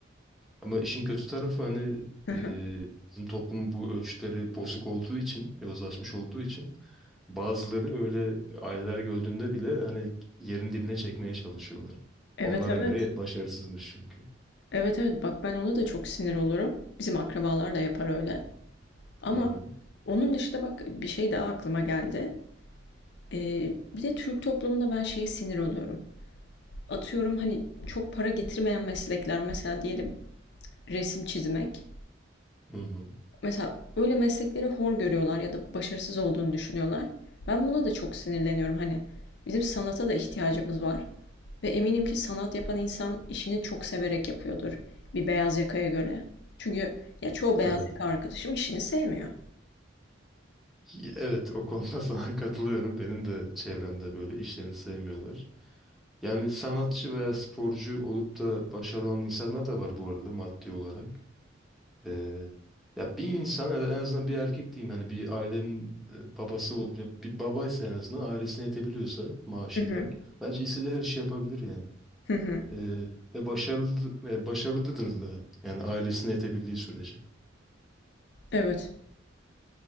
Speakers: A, in the centre; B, on the left.
A: Ama işin kötü tarafı hani
B: Hı hı.
A: e, bizim toplum bu ölçütleri bozuk olduğu için, yozlaşmış olduğu için bazıları öyle aileler gördüğünde bile hani yerin dibine çekmeye çalışıyorlar.
B: Evet
A: Onlara
B: evet.
A: göre başarısızmış çünkü.
B: Evet evet bak ben ona da çok sinir olurum. Bizim akrabalar da yapar öyle. Ama
A: Hı hı.
B: onun dışında bak bir şey daha aklıma geldi. Ee, bir de Türk toplumunda ben şeye sinir oluyorum. Atıyorum hani çok para getirmeyen meslekler mesela diyelim resim çizmek.
A: Hı hı.
B: Mesela öyle meslekleri hor görüyorlar ya da başarısız olduğunu düşünüyorlar. Ben buna da çok sinirleniyorum. Hani bizim sanata da ihtiyacımız var. Ve eminim ki sanat yapan insan işini çok severek yapıyordur. Bir beyaz yakaya göre. Çünkü ya çoğu beyaz
A: Evet.
B: yaka arkadaşım işini sevmiyor.
A: Y- Evet o konuda <laughs> sana katılıyorum. Benim de çevremde böyle işlerini sevmiyorlar. Yani sanatçı veya sporcu olup da başarılı olan insanlar da var bu arada maddi olarak. Ee, ya bir insan en en azından bir erkek diyeyim hani bir ailenin e, babası ol- ya bir babaysa en azından ailesine yetebiliyorsa maaşıyla
B: Hı hı.
A: bence istediği her işi yapabilir yani.
B: Hı hı.
A: Ee, ve başarılı e, başarılıdır da yani ailesine yetebildiği sürece.
B: Evet.